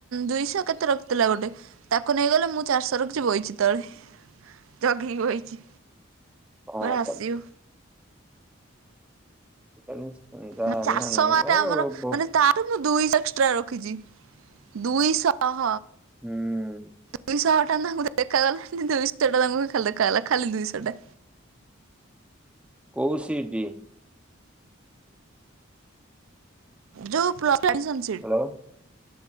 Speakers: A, on the right (about 80°); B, in the centre.
A: ଦୁଇଶହ କେତେ ରଖ ଥିଲା ଗୋଟେ। ତାକୁ ନେଇଗଲେ ମୁଁ ଚାରିଶହ ରଖିଛି ବଇଛି ତଳେ। ଜଗି କି ବଇଛି।
B: କଣ
A: ପରେ ଆସିବ।
B: କରିବୁ <unintelligible>
A: ମା
B: ହେଲାଣି
A: ଚାର୍ ଶହ ମାର୍କ
B: ଆଉ
A: ରେ ଆମର
B: ବହୁ
A: ମାନେ ତା ଠୁ ମୁଁ ଦୁଇ ଶ ଏକ୍ସଟ୍ରା ରଖିଛି, ଦୁଇ ଶହ।
B: ହୁଁ।
A: ଦୁଇ ଶହ ଟଙ୍କା କୁ ଦେଖାଗଲା ନି ଦୁଇଶହ <unintelligible> ଖାଲି ଦେଖାଗଲା, ଖାଲି ଦୁଇଶହ ଟା।
B: କୋଉ ସି ଟି?
A: ଯୋଉ ପ୍ଲସ୍ ଥ୍ରି ଆଡିସନ୍।
B: ହ୍ୟାଲୋ।